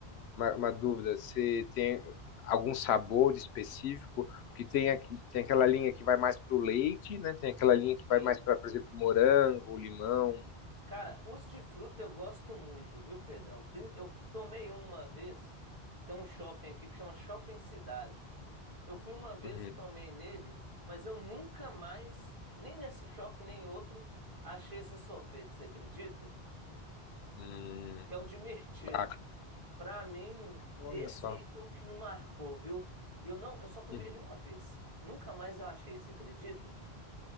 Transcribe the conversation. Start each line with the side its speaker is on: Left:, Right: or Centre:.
Left: uma, uma dúvida, você tem algum sabor específico? Porque tem, aqui- tem aquela linha que vai mais pro leite, né? Tem aquela linha que vai
Right: Sim.
Left: mais para, por exemplo, morango, limão.
Right: Cara, os de fruta eu gosto muito, viu, Pedrão? Prin- Eu tomei um uma vez, tem um shopping aqui que chama Shopping Cidade. Eu fui uma vez
Left: Uhum.
Right: e tomei nele, mas eu nunca mais, nem nesse shopping nem em outro, achei esse sorvete, você acredita?
Left: Hum.
Right: Que é o de mirtilo.
Left: bacana.
Right: Pra mim,
Left: Olha
Right: esse
Left: só.
Right: aí foi o que me marcou, viu? E eu não, eu só tomei
Left: Uhum.
Right: ele uma vez. Nunca mais eu achei, você acredita?